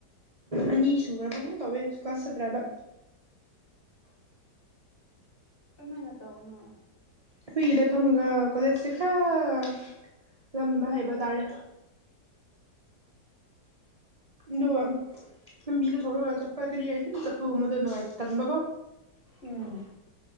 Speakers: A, on the right (about 35°); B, on the left (about 30°).
A: ꯑꯅꯤ ꯁꯨꯈ꯭ꯔꯕꯒꯨꯝ ꯇꯧꯋꯦ ꯀ꯭ꯂꯥꯁ ꯆꯠꯗ꯭ꯔꯕ
B: ꯀꯃꯥꯏꯅ ꯇꯧꯅꯣ
A: ꯑꯩꯈꯣꯏꯒꯤ ꯂꯩꯐꯝꯒ ꯀꯣꯂꯦꯖ ꯁꯦ ꯈꯔ ꯂꯝꯕ ꯍꯥꯏꯕ ꯇꯥꯔꯦ ꯑꯗꯨꯒ ꯂꯝꯕꯤꯗ ꯊꯣꯛꯔꯒ ꯆꯠꯄ ꯀꯔꯤ ꯑꯩꯊꯟ ꯆꯠꯄꯒꯨꯝꯕꯗ ꯅꯨꯡꯉꯥꯏ ꯇꯟꯕꯀꯣ
B: ꯎꯝ